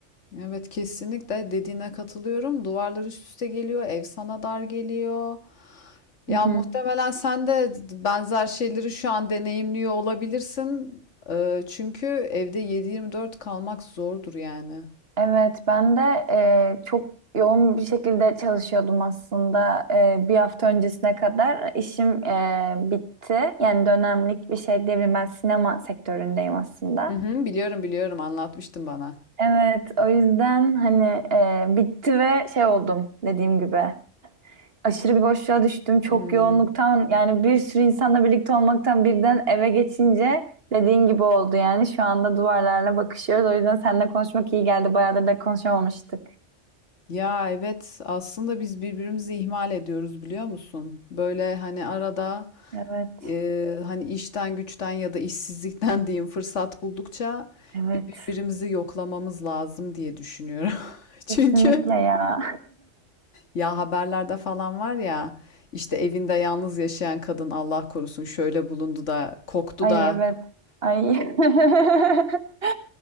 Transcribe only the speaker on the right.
Hı hı.
Evet, ben de e, çok yoğun bir şekilde çalışıyordum aslında. E, bir hafta öncesine kadar işim e, bitti. Yani dönemlik bir şey diyebilirim. Ben sinema sektöründeyim aslında.
Evet, o yüzden hani e, bitti ve şey oldum dediğim gibi. aşırı bir boşluğa düştüm. Çok
yoğunluktan yani bir sürü insanla birlikte olmaktan birden eve geçince dediğin gibi oldu yani. Şu anda duvarlarla bakışıyoruz. O yüzden seninle konuşmak iyi geldi. Bayağıdır da konuşamamıştık.
Evet.
Evet.
Kesinlikle ya.
<laughs> Ay
evet. Ay. <laughs>